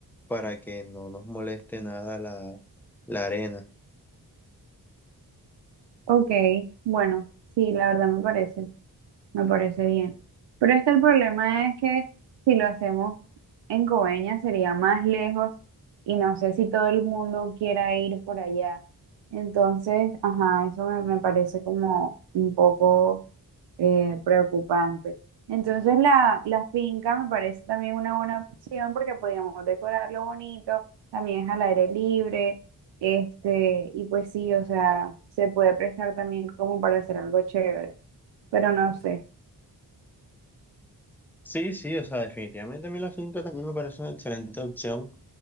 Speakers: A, in the centre; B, on the right.
A: para que no nos moleste nada la, la arena.
B: Ok, bueno, sí, la verdad me parece, me parece bien. Pero es que el problema es que si lo hacemos en Coveñas sería más lejos y no sé si todo el mundo quiera ir por allá. Entonces, ajá, eso me, me parece como un poco eh, preocupante. Entonces la, la finca me parece también una buena opción porque podíamos decorarlo bonito, también es al aire libre, este, y pues sí, o sea, se puede prestar también como para hacer algo chévere, pero no sé.
A: Sí, sí, o sea, definitivamente a mí la finca también me parece una excelente opción.